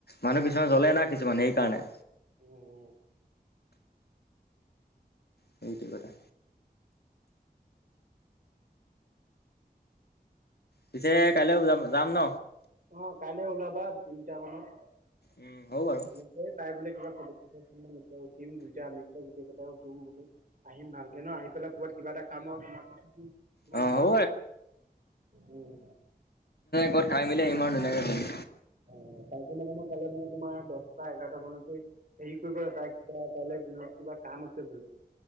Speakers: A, on the left (about 75°); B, on the right (about 55°).
A: মানুহ কিছুমান জ্বলে না কিছুমান এইকাৰণে।
B: উম।
A: সেইটো এ কথা। পিছে কাইলৈ ও যাম, যাম ন?
B: অ' কাইলৈ ওলাবা তিনিটা মানত
A: উ'ম, হ'ব বাৰু।
B: <unintelligible> আহিম ভালকে ন। আহি পেলাই ক'ৰবাত কিবা এটা খাম তোমাক তোমাৰ
A: অ'
B: কিবা
A: হ'ব
B: কা, উ'ম।
A: কত খাই-মেলি আহিম আৰু ধুনীয়াকে ঘুৰিম।
B: অ', তাকে মানে মই কাইলৈ মানে তোমাৰ দছটা এঘাৰটা মানতে হেৰি কৰিব ৰ, তাই কিবা কাইলে দিনত কিবা কাম আছে বোলে।